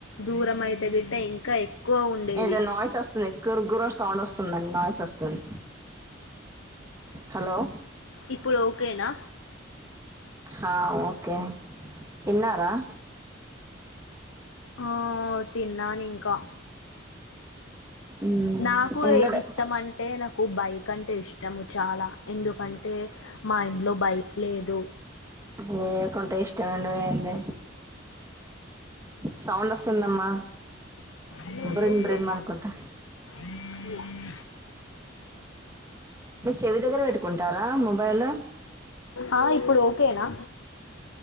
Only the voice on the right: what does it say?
ఏదో నాయిస్ వస్తుంది గురు గుర సౌండ్ వస్తుందండి నాయిస్ వస్తుంది హలో
హా ఓకే తిన్నారా
మ్మ్
ఎండలే
నే కంటే ఇస్ట్ రొండు వేలుది సౌండ్ వస్తుందమ్మా
బ్రిమ్ బ్రిమ్ అనుకుంటా మీ చెవి దగ్గర పెట్టుకుంటారా మొబైల్